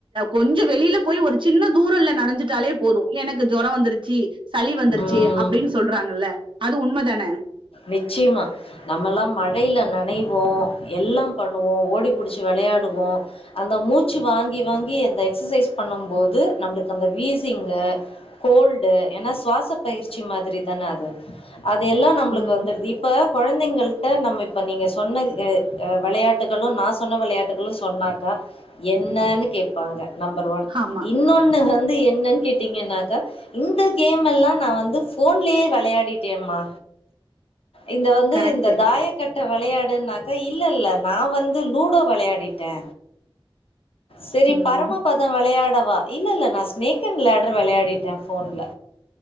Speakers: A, on the right (about 60°); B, on the left (about 85°).
A: கொஞ்ச வெளியில போய் ஒரு சின்ன தூரல்ல நனைஞ்சிட்டாலே போது எனக்கு ஜோர வந்துருச்சு சளி வந்துருச்சி
B: ம்
A: அப்டின்னு சொல்றாங்கல்ல அது உண்மதான
B: நிச்சியமா நம்மல்லா மழையில நனைவோ எல்லா பண்ணுவோ ஓடிபிடிச்சு விளையாடுவோ அந்த மூச்சு வாங்கி வாங்கி அந்த எக்சசைஸ் பண்ணும் போது நம்புளுக்கு அந்த வீசிங்கு கோல்டு ஏன்னாஸ் சுவாச பயிற்சி மாதிரி தான அது அது எல்லா நம்மளுக்கு
A: உம்
B: வந்துர்து இப்ப கொழந்தைங்கல்ட்ட நம்ம இப்போ நீங்க சொன்ன எ எ விளையாட்டுகளு நா சொன்ன விளையாட்டுகளு சொன்னாக்கா என்னன்னு கேப்பாங்க நம்பர் ஒன்
A: ஆமா
B: இன்னொன்னு வந்து என்னன் கேட்டிங்கனாக இந்த கேம் கேம்ல நா வந்து ஃபோன்லயே விளையாடிட்டேம்மா இங்க வந்து
A: கரெக்ட்
B: இந்த தாய கட்ட விளையாடு நாக் அ இல்ல இல்ல நா வந்து லூடோ விளையாடிட்டே சரி
A: உம்
B: பரம பத விளையாட் டவா இல்ல இல்ல நா ஸ்னேக் அண்ட் லேடர் விளையாடிட்டே ஃபோன்ல